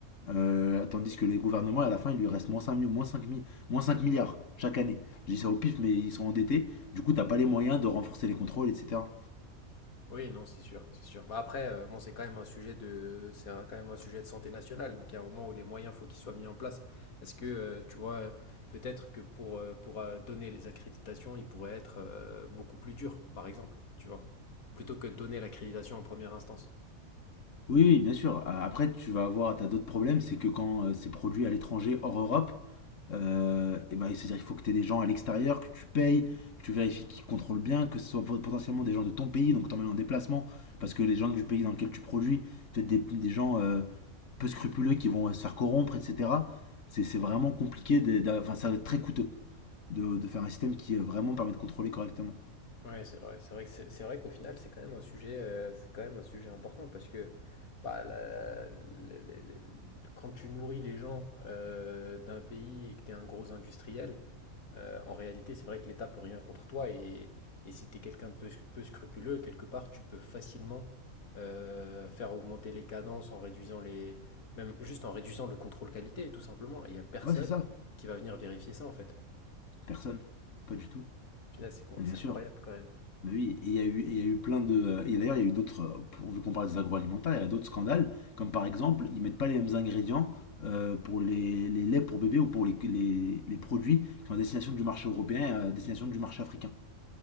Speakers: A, on the left; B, on the left.
A: euh, tandis que les gouvernements, à la fin, il lui reste moins cinq mi- moins cinq mi- moins 5 milliards chaque année. Je dis ça au pif, mais ils sont endettés, du coup, t'as pas les moyens de renforcer les contrôles, etc.
B: Oui, non, c'est sûr, c'est sûr. Bah après, euh, bon, c'est quand même un sujet de, c'est un- quand même un sujet de santé nationale. Donc, il y a un moment où les moyens, faut qu'ils soient mis en place. Est-ce que, euh, tu vois, euh, peut-être que pour, euh, pour euh, donner les accréditations, il pourrait être euh, beaucoup plus dur, par exemple, tu vois, plutôt que de donner l'accréditation en première instance.
A: Oui, oui, bien sûr. A- Après, tu vas avoir, t'as d'autres problèmes, c'est que quand euh, c'est produit à l'étranger, hors Europe, euh, eh ben, c'est-à-dire qu'il faut que tu aies des gens à l'extérieur, que tu payes, que tu vérifies qu'ils contrôlent bien, que ce soit pot- potentiellement des gens de ton pays, donc t'emmènes en déplacement, parce que les gens du pays dans lequel tu produis, peut-être des, des gens euh, peu scrupuleux qui vont euh, se faire corrompre, etc. C'est c'est vraiment compliqué, de- d'a- enfin, ça va être très coûteux de, de faire un système qui euh, vraiment permet de contrôler correctement.
B: Ouais, c'est vrai. C'est vrai que c'est c'est vrai qu'au final, c'est quand même un sujet, euh, c'est quand même un sujet important parce que bah, la- la- la- la- la- quand tu nourris les gens euh, d'un pays et que tu es un gros industriel. Euh, en réalité, c'est vrai que l'État peut rien contre toi et, et si tu es quelqu'un de peu, peu scrupuleux, quelque part, tu peux facilement euh, faire augmenter les cadences en réduisant les... même juste en réduisant le contrôle qualité, tout simplement. Et il n'y a personne
A: Ouais, c'est ça.
B: qui va venir vérifier ça, en fait.
A: Personne. Pas du tout.
B: Punaise, c'est con-
A: Mais
B: c'est
A: bien sûr.
B: incroyable quand même.
A: Mais oui, et il y a eu, et il y a eu plein de. Et d'ailleurs, il y a eu d'autres. euh, pour- Vu qu'on parle des agroalimentaires, il y a d'autres scandales. Comme par exemple, ils mettent pas les mêmes ingrédients euh, pour les, les laits pour bébés ou pour les, les, les produits qui sont à destination du marché européen et à destination du marché africain.